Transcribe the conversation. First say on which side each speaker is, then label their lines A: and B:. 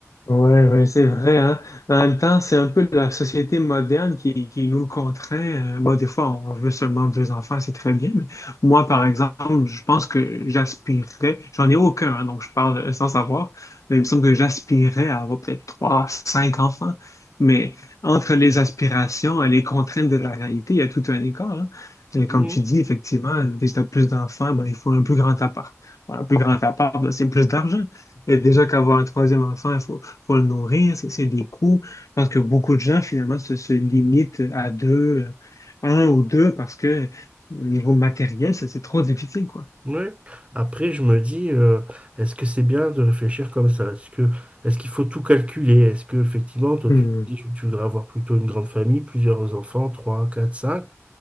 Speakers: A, on the left; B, on the right.
A: Ouais, ouais, c'est vrai, hein. Mais En même temps, c'est un peu la société moderne qui, qui nous contraint. Euh, bon, des fois, on veut seulement deux enfants, c'est très bien. Mais moi, par exemple, je pense que j'aspirerais, j'en ai aucun, hein, donc je parle sans savoir, mais il me semble que j'aspirerais à avoir peut-être trois, cinq enfants. Mais entre les aspirations et les contraintes de la réalité, il y a tout un écart, hein. Et
B: Mhm,
A: Comme tu dis, effectivement, dès que tu as plus d'enfants, ben, il faut un plus grand appart. Voilà, un plus grand appart, ben, c'est plus d'argent. Et déjà qu'avoir un troisième enfant, il faut pour le nourrir, c'est c'est des coûts. Je pense que beaucoup de gens, finalement, se, se limitent à deux, euh, un ou deux, parce que euh, au niveau matériel, ça, c'est trop difficile, quoi.
B: ouais. Après, je me dis, euh, est-ce que c'est bien de réfléchir comme ça? Est-ce que, est-ce qu'il faut tout calculer? Est-ce que, effectivement, toi,
A: Hmm,
B: tu te dis que tu voudrais avoir plutôt une grande famille, plusieurs enfants, trois, quatre, cinq?